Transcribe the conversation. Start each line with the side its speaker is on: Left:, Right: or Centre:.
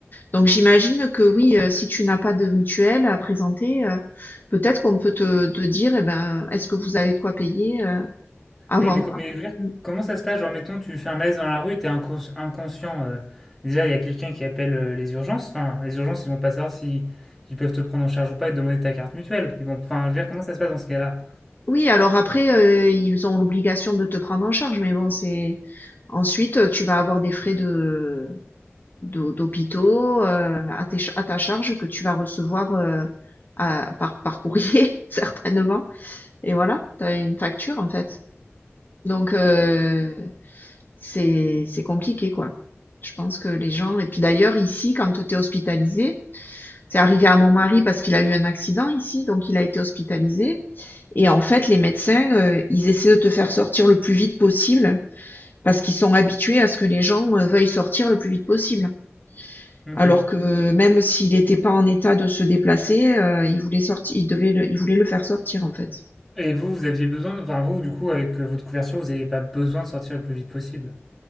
Left: Donc, j'imagine que oui, euh, si tu n'as pas de mutuelle à présenter, euh, peut-être qu'on peut te, te dire, eh ben, est-ce que vous avez de quoi payer, euh, avant,
Centre: Mais, mais,
Left: quoi.
Centre: co- mais je veux dire,
Left: Mm.
Centre: comment ça se passe? Genre mettons tu fais un malaise dans la rue, et t'es incons- inconscient. euh, déjà il y a quelqu'un qui appelle euh, les urgences, enfin les urgences ils vont pas savoir si ils peuvent te prendre en charge ou pas et te demander ta carte mutuelle. Ils vont, enfin je veux dire comment ça se passe dans ce cas-là?
Left: Oui, alors après, euh, ils ont l'obligation de te prendre en charge, mais bon, c'est, ensuite, tu vas avoir des frais de, d'hô- d'hôpitaux euh, à, tes ch- à ta charge que tu vas recevoir euh, à- par, par courrier, <laughs> certainement. Et voilà, tu as une facture en fait. Donc, euh, c'est, c'est compliqué, quoi. Je pense que les gens... Et puis d'ailleurs, ici, quand tu es hospitalisé, c'est arrivé à mon mari parce qu'il a eu un accident ici, donc il a été hospitalisé. Et en fait, les médecins, euh, ils essaient de te faire sortir le plus vite possible parce qu'ils sont habitués à ce que les gens euh, veuillent sortir le plus vite possible.
Centre: Ok.
Left: Alors que même s'il était pas en état de se déplacer, heu, il voulait sortir, il devait le il voulait le faire sortir, en fait.
Centre: Et vous, vous aviez besoin de... Enfin, vous, du coup, avec euh, votre couverture, vous n'avez pas besoin de sortir le plus vite possible.